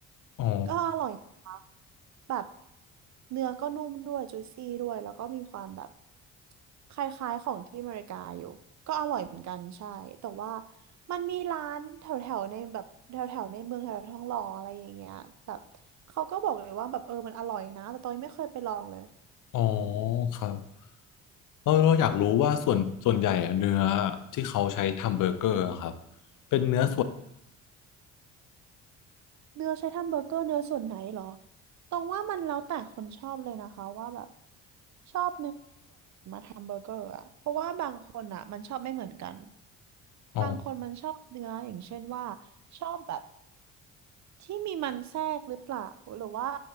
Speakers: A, on the left; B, on the right.
A: อ๋อ
B: ก็อร่อยนะคะแบบเนื้อก็นุ่มด้วยจุยซี่ด้วยแล้วก็มีความแบบคล้ายๆของที่อเมริกาอยู่ก็อร่อยเหมือนกันใช่แต่ว่ามันมีร้านแถวๆในแบบแถวๆในเมืองแถวๆทองหล่ออะไรอย่างเงี้ยแบบเขาก็บอกเลยว่าแบบเออมันอร่อยนะแต่ตองยังไม่เคยไปลองเลย
A: อ๋อครับเออเราอยากรู้ว่าส่วนส่วนใหญ่อะเนื้อที่เขาใช้ทำเบอร์เกอร์อะครับเป็นเนื้อ
B: เนื้อใช้ทำเบอร์เกอร์เนื้อส่วนไหนเหรอตองว่ามันแล้วแต่คนชอบเลยนะคะว่าแบบชอบทำเบอร์เกอร์อะ เพราะว่าบางคนอะมันชอบไม่เหมือนกัน
A: อ๋อ
B: บางคนมันชอบเนื้ออย่างเช่นว่าชอบแบบที่มีมันแทรกหรือเปล่าหรือว่า